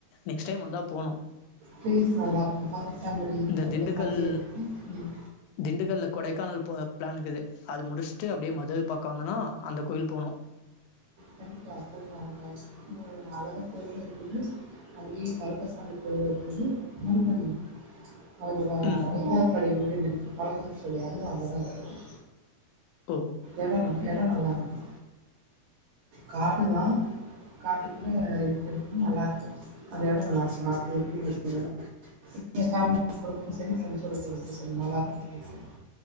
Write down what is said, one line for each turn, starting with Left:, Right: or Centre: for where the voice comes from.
Left: நெக்ஸ்ட் டைம் வந்தா போகணு
Right: ப்ளேஸ் நல்லா இருக்கு பதினெட்டாம்படி
Left: இந்த
Right: கருப்பசாமி
Left: திண்டுக்கல்
Right: இருக்கு ம்
Left: திண்டுக்கல்ல கொடைக்கானல் போக பிளான் இர்க்குது அது முடிச்சுட்டு அப்பிடியே மதுரைய பாக்க வந்தனா அந்த கோயில் போகணு
Right: கண்டிப்பா போய்ட்டு வாங்க அங்க அழகர் கோயிலு இருக்குது அங்கயே கருப்பசாமி கோயிலு இருக்குது முருகன் அவரோட
Left: ம்
Right: ஐந்தாவது படை வீடுன்னு நெனைக்கிறே பழமுதிர் சோலை அதுவு அங்கதா இருக்கு.
Left: ஓ
Right: எடோ ந் எடோ நல்லா இருக்கு. காடுதா காட்டுக்குள்ள இது <inaudible> நல்லா இருக்கு அந்த எடோ நல்லா இருக்கு பாக்கறதுக்கு <inaudible> நீங்க ஃபேமிலியோட போறதுக்கு சரி ஃப்ரண்ட்ஸோட போறதுக்கு சரி நல்லா இருக்கு ப்ளேஸு